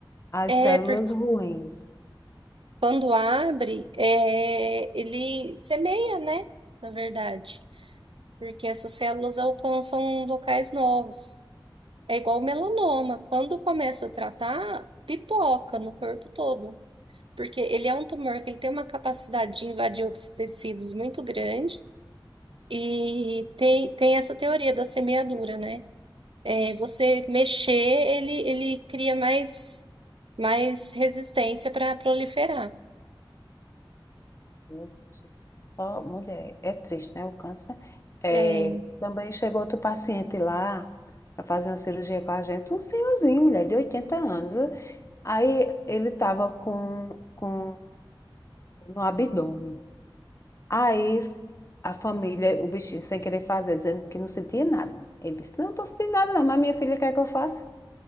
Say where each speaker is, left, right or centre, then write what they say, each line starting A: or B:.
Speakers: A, on the left (about 35°); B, on the right (about 80°).
A: As
B: É,
A: células
B: porque
A: ruins.
B: quando abre, é, ele semeia, né? Na verdade. Porque essas células alcançam locais novos. É igual o melanoma. Quando começa a tratar, pipoca no corpo todo. Porque ele é um tumor que ele tem uma capacidade de invadir outros tecidos muito grande. E tem, tem essa teoria da semeadura, né? é, você mexer, ele, ele cria mais, mais resistência para proliferar.
A: Meu Deus do céu. Ó, mulher, é triste, né? O câncer. É,
B: É,
A: também chegou outro paciente lá para fazer uma cirurgia com a gente, um senhorzinho, mulher, de 80 anos. Aí ele estava com, com no abdômen. Aí a família, o bichinho sem querer fazer, dizendo que não sentia nada. Ele disse, não, estou sentindo nada não, mas minha filha quer que eu faça.